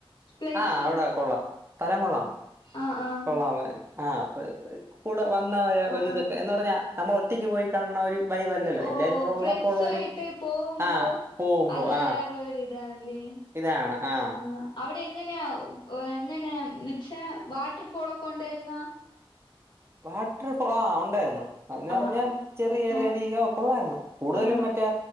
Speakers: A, on the left; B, on the right.
A: പ്ലേസ്
B: ആഹ് അവിടെ കൊള്ളാം സ്ഥലം കൊള്ളാം
A: ആ ആ
B: കൊള്ളാമേ ആ കൂടെ വന്നവരെ
A: ആ
B: ഒരിതൊക്കെ
A: ആ
B: എന്ന് പറഞ്ഞാ നമ്മൾ ഒറ്റക്ക് പോയി കാണണ ഒരു വൈബല്ലല്ലോ
A: ഓ
B: എല്ലാരും കൂടെ
A: ഫ്രണ്ട്സായിട്ട്
B: ഉള്ളപ്പോ ഉള്ള ഒരു
A: പോകുമ്പോ
B: ആ പോകുമ്പോ
A: അത് വേറെ
B: ആ
A: ഒരുരിതാണല്ലേ
B: ഇതാണ് ആ
A: ആ അവിടെ എങ്ങനെയാ എങ്ങനെയാ എന്നച്ചാ വാട്ടർ ഫോളൊക്കെ ഉണ്ടായിരുന്നോ
B: വാട്ടർ പു ഉണ്ടായിരുന്നു അ പറഞ്ഞാൽ
A: ആഹ്
B: ചെറിയ ചെറിയ
A: ആഹ്
B: അരിക ഒക്കെ കൊള്ളായിരുന്നു കൂടുതലും
A: ആഹ്
B: മറ്റേ